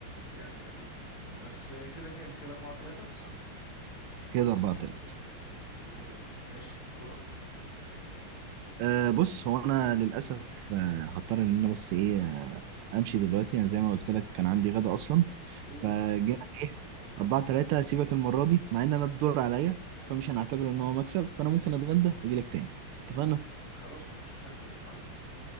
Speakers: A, on the left; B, on the right.
A: يعني غريب بس كده كام كده أربعة تلاتة صح؟
B: كده 4 3
A: مم. ماشي دورك
B: أه بص هو انا للاسف أه هضطر ان انا بس ايه أه امشي دلوقتي انا زي ما قلت لك كان عندي غدا اصلا
A: مم.
B: فجينا ايه اربعة تلاتة هسيبك المرة دي مع ان انا الدور عليا فمش هنعتبر ان هو مكسب فانا ممكن اتغدى واجي لك تاني اتفقنا؟
A: خلاص مفيش مشاكل اتفقنا